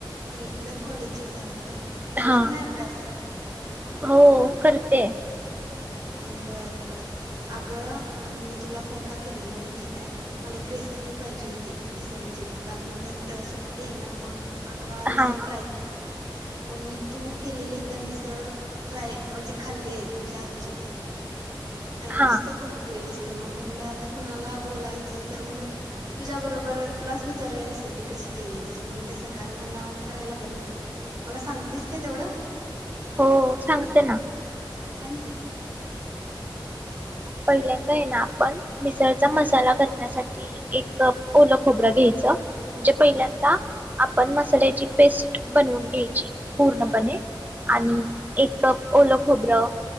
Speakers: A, on the right; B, on the right.
A: रेग्युलर कॉलेज ची एक्झाम हाय? झाला
B: हां
A: की नाही अभ्यास?
B: हो करतेय.
A: हम् बर बर, अगं, मी तुला फोन का केलेला माहितीेय काय, मला एक रेसिपी पाहिजे होती मिसळची कारण उद्या सुट्टी आहे ना मग आम्हाला
B: हां
A: मिसळ ट्राय, <unintelligible> मग मी तू केलेले एकदा मिसळ ट्राय, म्हणजे खाल्ले तुझ्यात ची. अं
B: हां
A: मस्त बनवलेली. त मं म्हणलं आता कुणाला बोलायचं, तर म्हणलं तुझ्या बरोबर तुलाच विचारुया रेसिपी कशी केलेलीस? म्हणजे उद्या सकाळी मला करायला बरं. मला सांगतीस काय तेवढं?
B: हो सांगते ना.
A: सांग की.
B: पहिल्यांदा आहे ना आपण मिसळचा
A: हं,
B: मसाला क ण्या साठी एक कप ओलं खोबरं घ्यायचं. म्हणजे
A: हा
B: पहिल्यांदा आपण मसाल्याची पेस्ट बनवून घ्यायची. पूर्णपणे
A: हा हा
B: आणि एक कप ओलं खोबरं